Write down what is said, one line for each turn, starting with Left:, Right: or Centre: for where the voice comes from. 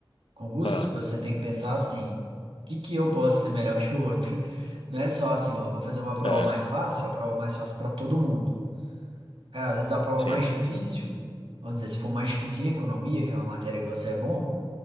Right: Concurso,
Left: Ah,
Right: você tem que pensar assim: o que que eu posso ser melhor <laughs> que o outro? Não é só assim, ó, eu vou fazer uma prova
Left: é,
Right: mais fácil, a prova mais fácil para todo mundo. Cara, às vezes a prova
Left: sim.
Right: mais difícil, vamos dizer, se for mais difícil em economia, que é uma matéria que você é bom,